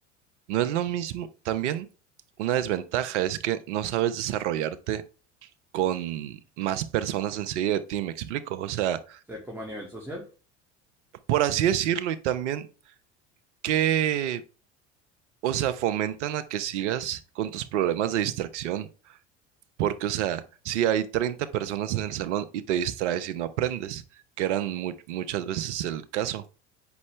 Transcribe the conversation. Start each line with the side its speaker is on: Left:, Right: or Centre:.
Right: no es lo mismo. También una desventaja es que no sabes desarrollarte con más personas enseguida de ti, ¿me explico? O sea,
Centre: sea, como a nivel social.
Right: por así decirlo, y también que, o sea, fomentan a que sigas con tus problemas de distracción. Porque, o sea, si hay 30 personas en el salón y te distraes y no aprendes, que eran mu- muchas veces el caso,